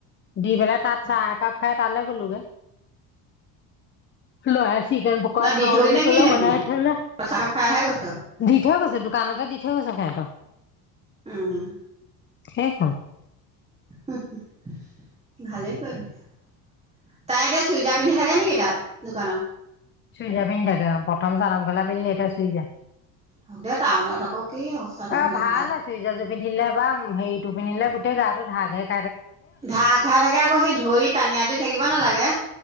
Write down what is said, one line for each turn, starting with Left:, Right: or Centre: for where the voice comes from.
Left: দি পেলাই তাত চাহ একাপ খাই তালৈ গ'লোগে। লৰাই চিকেন পকৰা
Right: ন দি
Left: খাও
Right: থৈ গ'লি
Left: বুলি
Right: নে
Left: কলে
Right: কি নো
Left: বনাই
Right: সেইখিনি
Left: থৈলে
Right: তই চাহকাপ খাইহে গৈছ
Left: দি থৈ গৈছে ত কানতে দি থৈ সেত
Right: উম।
Left: সেই খন
Right: ভালে কৰিলে। তাই এতিয়া চুইজাৰ পিন্ধি থাকে নেকি তাত দোকানত?
Left: চুই যা পিন্ধি থাকে অ প্ৰথম চাৰম খেলা পিন্ধিলি এতিয়া চুই যা।
Right: আ দে টাউনত আকৌ কি চাদৰ
Left: অ
Right: মেখেলা
Left: ভাল
Right: সদায়
Left: আছো ইৰিজাযু পিন্ধিলে বা হেৰিটো পিন্ধিলে গোটেই গা টো ঢাকে।
Right: ঘা ঘা থাকে আকৌ সেই ধৰি টানিয় জ থাকিব নালাগে।